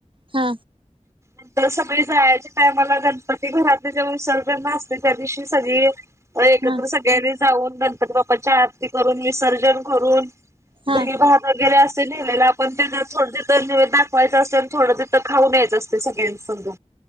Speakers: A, on the right; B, on the right.
A: हा
B: नंतर सगळे जायच्या टायमाला गणपती घरात जाऊनचल त्या दिव सगळी एकत्र
A: हा
B: सगळ्यांनी ऊन गणप बा्च्या आरती करून विसर्जन करून
A: हा
B: दही भात वगैरे असे नेलेला आपण त्या थोड दाखवायचं असते आणि थोडं तथं खाऊन यायचं असते सगळ्यांसम